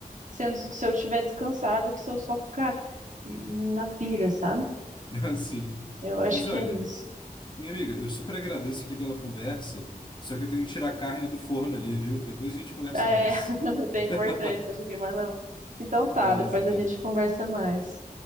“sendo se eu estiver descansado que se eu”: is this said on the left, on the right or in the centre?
Right